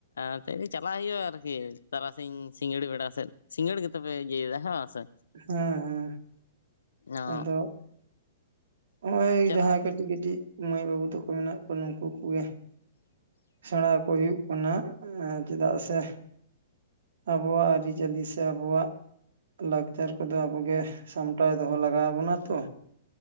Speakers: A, on the left; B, on the right.
A: ᱮ ᱛᱮᱦᱮᱱ ᱫᱚ ᱪᱟᱞᱟᱜ ᱦᱩᱭᱩᱜᱼᱟ, ᱟᱨᱠᱤ ᱛᱟᱨᱟᱥᱤᱧ ᱥᱤᱸᱜᱟᱹᱲ ᱵᱮᱲᱟ ᱥᱮᱫ ᱥᱤᱸᱜᱟᱹᱲ ᱜᱮᱛᱚᱯᱮ ᱤᱭᱟᱹᱭᱫᱟ, ᱦᱮ ᱵᱟᱝ ᱥᱮ?
B: ᱦᱮᱸ, ᱦᱮᱸ,
A: ᱚ
B: ᱟᱫᱚ ᱱᱚᱜᱼᱚᱭ
A: ᱪᱟᱞᱟᱜ
B: ᱡᱟᱦᱟᱸᱭ ᱠᱟᱹᱴᱤᱡ, ᱠᱟᱹᱴᱤᱡ ᱢᱟᱹᱭ, ᱵᱟᱹᱵᱩ ᱛᱟᱠᱚ ᱢᱮᱱᱟᱜ ᱠᱚᱣᱟ, ᱱᱩᱱᱠᱩ ᱜᱮ ᱥᱮᱬᱟ ᱠᱚ ᱦᱩᱭᱩᱜ ᱠᱟᱱᱟ, ᱪᱮᱫᱟᱜ ᱥᱮ ᱟᱵᱚᱣᱟᱜ ᱟᱹᱨᱤᱪᱟᱹᱞᱤ, ᱥᱮ ᱟᱵᱚᱣᱟᱜ ᱞᱟᱠᱪᱟᱨ ᱠᱚᱫᱚ ᱟᱵᱚᱜᱮ, ᱥᱟᱢᱴᱟᱣ ᱫᱚᱦᱚ ᱞᱟᱜᱟᱣ ᱟᱵᱚᱱᱟ ᱛᱚ᱾